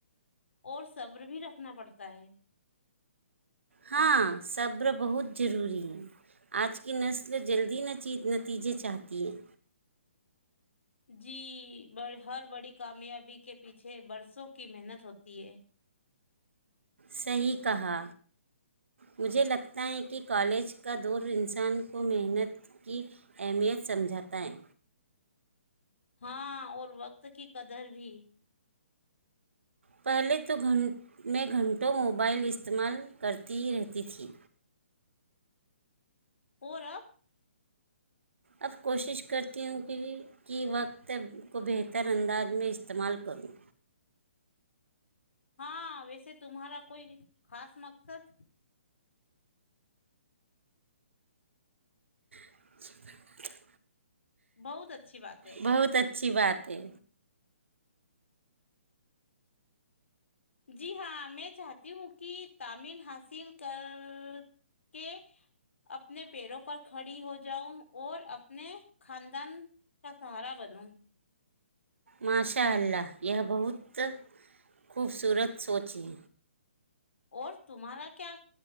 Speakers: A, on the left; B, on the right.
A: اور صبر بھی رکھنا پڑتا ہے
B: ہاں صبر بہت ضروری ہے آج کی نسل جلدی نتیجے چاہتی ہے
A: جی جی بڑ ہر بڑی کامیابی کے پیچھے برسوں کی محنت ہوتی ہے
B: صحیح کہا مجھے لگتا ہے کہ کالج کا دور انسان کو محنت کی اہمیت سمجھاتا ہے
A: ہاں اور وقت کی قدر بھی
B: پہلے تو گھنٹ میں گھنٹوں موبائل استعمال کرتی ہی رہتی تھی
A: اورورب
B: اب کوشش کرتی ہوں کہ کی وقت کو بہتر انداز میں استعمال کروں
A: ہاں ویسے تمہارا کوئی خاص مقصد
B: <inaudible>
A: بہت اچھا اچھی بات ہے
B: بہت اچھی بات ہے
A: جی ہاں میں چاہتی ہوں کہ تعمل حاصل کر کے اپنے پیروں پر کھڑی ہو جاؤں اور اپنے خاندان کا سہارا بنوں
B: ماشاء اللہ یہ بہت خوبصورت سوچ ہے
A: اور تمہارا کیا